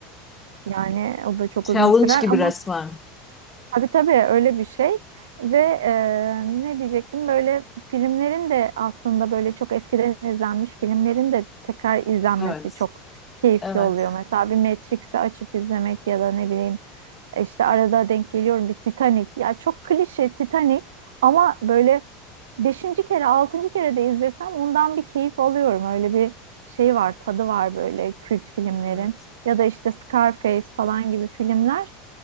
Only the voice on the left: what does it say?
Challenge
gibi
resmen.
Evet.
Evet.
Evet.